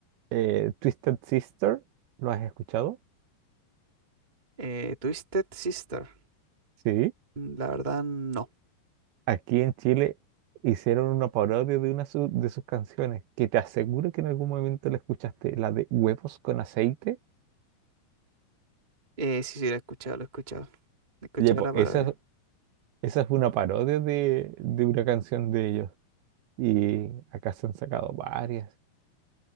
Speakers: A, on the right (about 75°); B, on the right (about 40°).
A: eh, Twisted Sister, ¿lo has escuchado?
B: Eh, Twisted Sister,
A: Sí.
B: mm, la verdad no.
A: Aquí en Chile hicieron una parodia de una su- de sus canciones, que te aseguro que en algún momento la escuchaste, la de Huevos con aceite.
B: Eh, sí, sí, lo he escuchado, lo he escuchado. He escuchado
A: Oye, po,
B: la
A: esa,
B: parodia.
A: es- esa es una parodia de, de una canción de ellos. Y acá se han sacado varias.